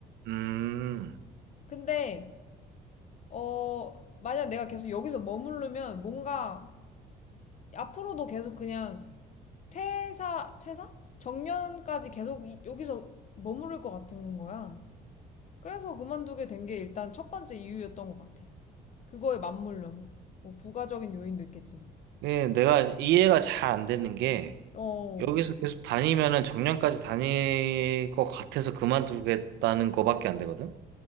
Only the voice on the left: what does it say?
근데, 어, 만약 내가 계속 여기서 머무르면 뭔가 앞으로도 계속 그냥 퇴사, 퇴사? 정년까지 계속 이- 여기서 머무를 것 같은 거야. 그래서 그만두게 된 게 일단 첫 번째 이유였던 것 같아. 그거에 맞물려서. 뭐 부가적인 요인도 있겠지만.
어,